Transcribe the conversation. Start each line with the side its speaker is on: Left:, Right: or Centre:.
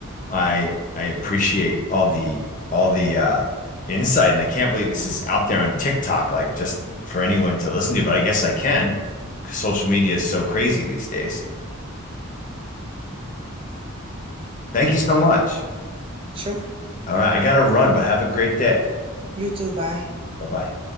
Left: I I appreciate all the all the uh, insight, and I can't believe this is out there on TikTok, like just for anyone to listen to. But I guess I can, because social media is so crazy these days. Thank
Right: Yep.
Left: you so much.
Right: Sure.
Left: All right. I got to run, but have a great day.
Right: You too. Bye.
Left: Bye bye.